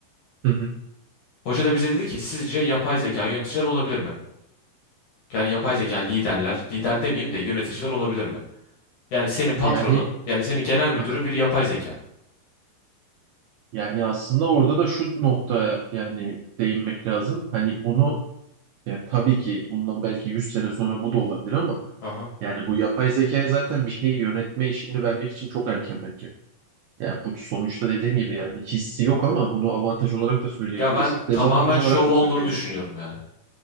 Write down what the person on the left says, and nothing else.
Hoca da bize dedi ki sizce yapay zeka yöneticiler olabilir mi? Yani yapay zeka liderler, lider demeyeyim de yöneticiler olabilir mi? Yani senin patronun,
yani senin genel müdürün
bir yapay zeka.
Aha.
Ya ben
tamamen
şov
olduğunu
düşünüyorum yani.